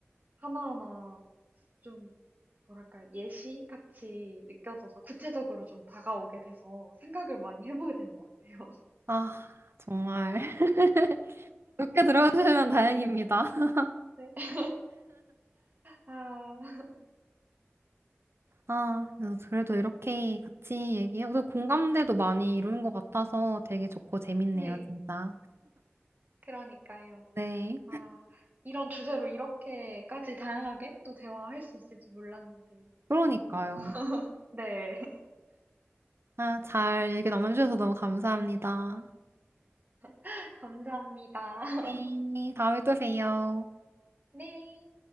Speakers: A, on the right (about 40°); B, on the right (about 60°).
A: 하나하나 좀 뭐랄까 예시 같이 느껴져서 구체적으로 좀 다가오게 돼서 생각을 많이 해보게 되는 것 같아요. <laughs>
B: 아, 정말. <laughs> 그렇게 들어주시면 다행입니다. <laughs>
A: 네. 아.
B: 아, 그래도 이렇게 같이 얘기하고, 공감대도 많이 이루는 것 같아서 되게 좋고 재밌네요,
A: 네.
B: 진짜.
A: 그러니까요.
B: 네.
A: 아 음. 이런 주제로 이렇게까지 다양하게 또 대화할 수 있을지 몰랐는데
B: 그러니까요.
A: 너무 <laughs> 네.
B: 아, 잘 얘기 나눠주셔서 너무 감사합니다.
A: <laughs> 감사합니다. <laughs>
B: 네. 다음에 또 봬요.
A: 네.